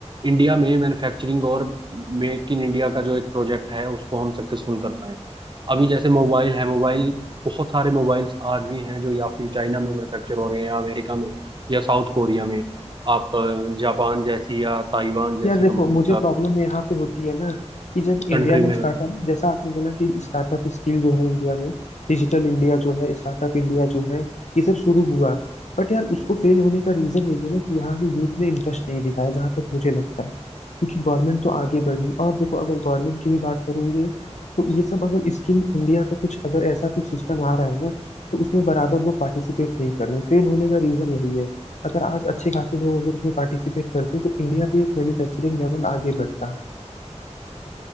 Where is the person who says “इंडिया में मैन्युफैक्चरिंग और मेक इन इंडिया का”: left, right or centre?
Right